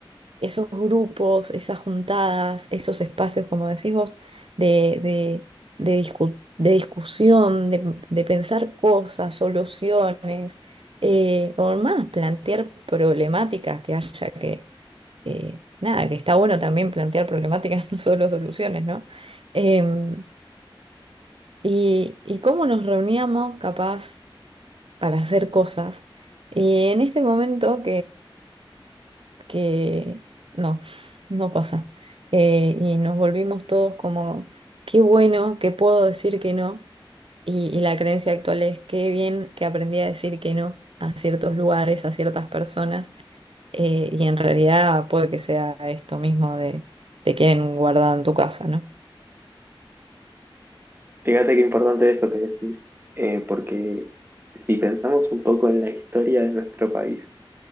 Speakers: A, on the right; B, on the right.
A: esos grupos, esas juntadas, esos espacios, como decís vos, de, de, de, discu- de discusión, de, de pensar cosas, soluciones, eh, o más, plantear problemáticas que haya que, eh, nada, que está bueno también plantear problemáticas, <laughs> no solo soluciones, ¿no? Em, y, y cómo nos reuníamos capaz para hacer cosas. Y en este momento que no, no pasa. Eh, y nos volvimos todos como, qué bueno que puedo decir que no. Y, y la creencia actual es, qué bien que aprendí a decir que no a ciertos lugares, a ciertas personas. Eh, y en realidad puede que sea esto mismo de te quieren guardado en tu casa, ¿no?
B: Fíjate qué importante esto que decís, eh, porque si pensamos un poco en la historia de nuestro país,